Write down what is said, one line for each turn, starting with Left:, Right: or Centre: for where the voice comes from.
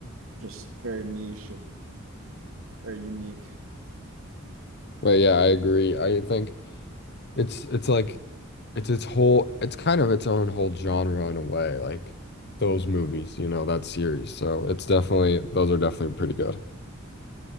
Right: just very niche and very unique.
Left: But yeah, I agree. I think It's it's like it's its whole it's kind of its own whole genre in a way, like those movies, you know, that series. So it's definitely those are definitely pretty good.